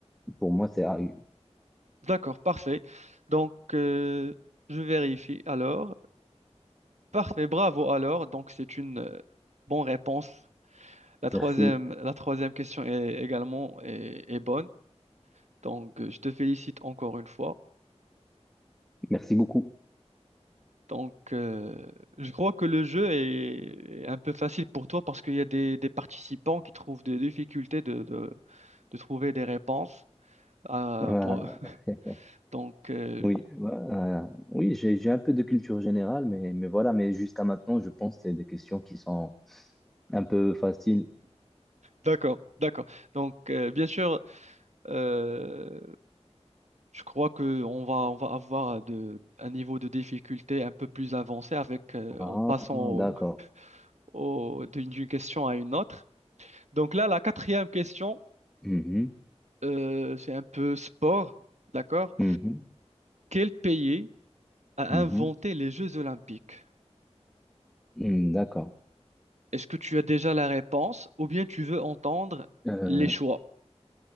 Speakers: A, in the centre; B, on the right.
A: pour moi c'est AU.
B: D'accord, parfait. Donc, euh, je vérifie alors. Parfait, bravo alors. Donc, c'est une euh, bonne réponse La troisième,
A: Merci
B: la troisième question est également est, est bonne. Donc, euh, je te félicite encore une fois.
A: merci beaucoup.
B: Donc, euh, je crois que le jeu est est un peu facile pour toi parce qu'il y a des, des participants qui trouvent des difficultés de, de, de trouver des réponses. euh,
A: Voilà.
B: pour... <laughs>
A: <laughs>
B: Donc, euh,
A: Oui, ouais, euh, oui, j'ai j'ai un peu de culture générale, mais, mais voilà, mais jusqu'à maintenant, je pense que c'est des questions qui sont un peu faciles.
B: d'accord, d'accord. Donc, euh, bien sûr, euh, je crois que on va, on va avoir de, un niveau de difficulté un peu plus avancé avec, euh,
A: Ah,
B: en passant
A: d'accord.
B: au- d'une d'une question à une autre. Donc là, la quatrième question,
A: Mhm,
B: euh, c'est un peu sport, d'accord?
A: mhm,
B: Quel pays a
A: mhm,
B: inventé les Jeux Olympiques?
A: mhm, d'accord.
B: Est-ce que tu as déjà la réponse ou bien tu veux entendre
A: Euh,
B: les choix?